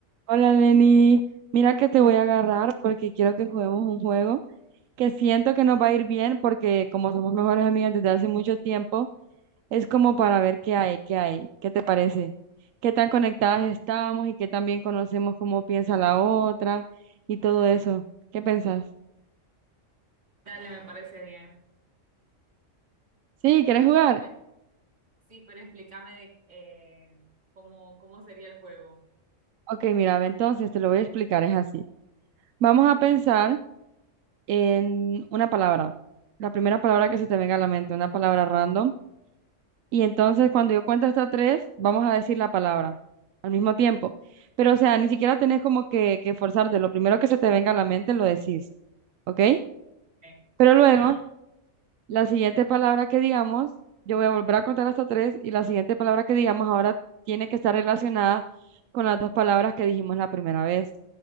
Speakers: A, on the right (about 85°); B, on the right (about 65°).
A: Hola Lenny, mira que te voy a agarrar porque quiero que juguemos un juego que siento que nos va a ir bien porque como somos mejores amigas desde hace mucho tiempo, es como para ver qué hay, qué hay, qué te parece, qué tan conectadas estamos y qué tan bien conocemos cómo piensa la otra y todo eso. ¿Qué pensás?
B: Dale, me parece bien.
A: Sí, ¿quieres jugar?
B: Pero, sí, pero explícame de, eh, cómo, cómo sería el juego.
A: Ok, mira, ve, entonces te lo voy a explicar, es así. Vamos a pensar en una palabra, la primera palabra que se te venga a la mente, una palabra random. Y entonces cuando yo cuento hasta tres, vamos a decir la palabra al mismo tiempo. Pero o sea, ni siquiera tenés como que, que forzarte. Lo primero que se te venga a la mente lo decís, ¿ok?
B: Eh,
A: Pero
B: ok,
A: luego,
B: dale.
A: la siguiente palabra que digamos, yo voy a volver a contar hasta tres y la siguiente palabra que digamos ahora tiene que estar relacionada con las dos palabras que dijimos la primera vez.